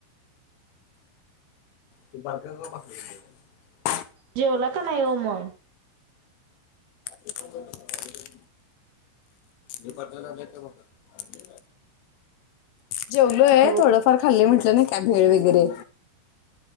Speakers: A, on the left; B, on the right.
A: क बर बस
B: जेवला का नाही हो मग
A: <unintelligible> मी पटला नाही का मग जेवलोय
B: हो.
A: थोडंफार खाल्ले म्हटलं ना काय भेळ वगैरे